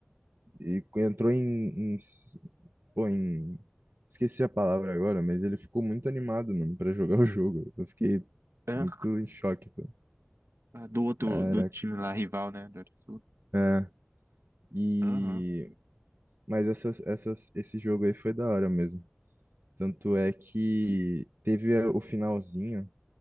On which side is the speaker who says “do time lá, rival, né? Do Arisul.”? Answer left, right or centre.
Right